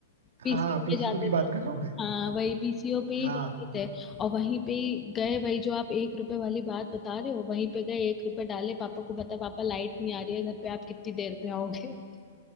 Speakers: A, on the left (about 20°); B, on the right (about 85°).
A: पीसीओ
B: हाँ पीसीयू
A: पे जाते
B: की
A: थे
B: बात
A: है
B: कर रहा हूँ
A: ना?
B: मैं
A: हाँ वही पीसीओ पे ही
B: हाँ
A: जाते थे और वहीं पे ही गए वही जो आप एक रुपए वाली बात बता रहे हो वहीं पे गए एक रुपए डाले पापा को बता पापा लाइट नहीं आ रही है घर पे आप कितनी देर में आओगे <laughs>